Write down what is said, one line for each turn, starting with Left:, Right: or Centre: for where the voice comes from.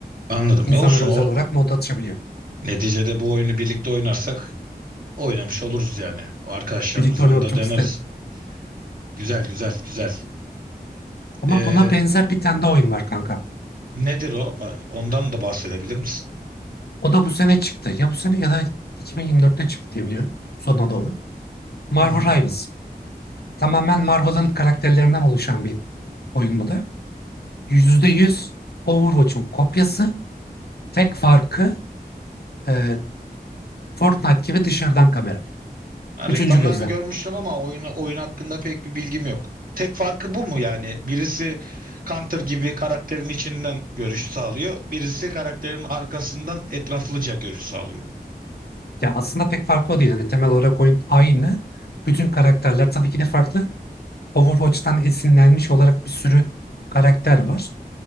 Right: Anladım.
Left: İnsanlar
Right: Ya olsun
Left: özel
Right: o
Left: olarak mod atışabiliyor.
Right: neticede bu oyunu birlikte oynarsak oynamış oluruz yani. O Arkadaşlarımız
Left: Birlikte oynamak
Right: onu da
Left: çok
Right: deneriz.
Left: isterim.
Right: Güzel güzel güzel.
Left: Ama
Right: Ee,
Left: buna benzer bir tane daha oyun var kanka.
Right: nedir o? Ba- Ondan da bahsedebilir misin?
Left: O da bu sene çıktı. Ya bu sene ya da 2024'te çıktı diye biliyorum. Sonuna doğru. Marvel
Right: Hı hı.
Left: Rivals. Tamamen Marvel'ın karakterlerinden oluşan bir oyun bu da. yüzde yüz Overwatch'un kopyası. Tek farkı e, Fortnite gibi dışarıdan kamera.
Right: Ha,
Left: Üçüncü
Right: reklamlarını
Left: gözlem.
Right: görmüştüm ama oyun, oyun hakkında pek bir bilgim yok. Tek farkı bu mu yani? Birisi Counter gibi karakterin içinden görüş sağlıyor. Birisi karakterin arkasından etraflıca görüş sağlıyor.
Left: Ya aslında pek farkı o değil. Hani temel olarak oyun aynı. Bütün karakterler tabii ki de farklı. Overwatch'tan esinlenmiş olarak bir sürü karakter var.